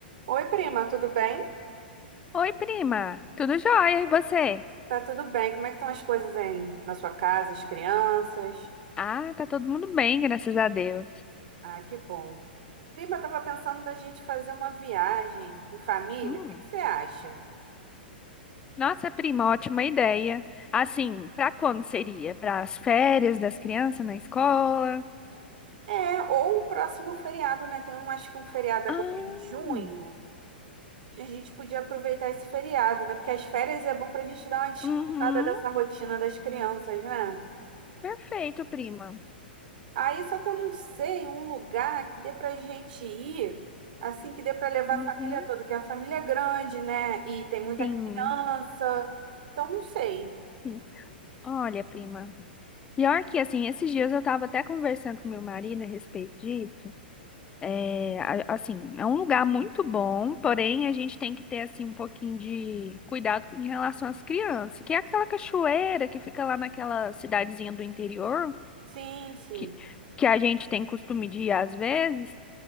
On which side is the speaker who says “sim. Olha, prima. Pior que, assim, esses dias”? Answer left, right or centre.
Left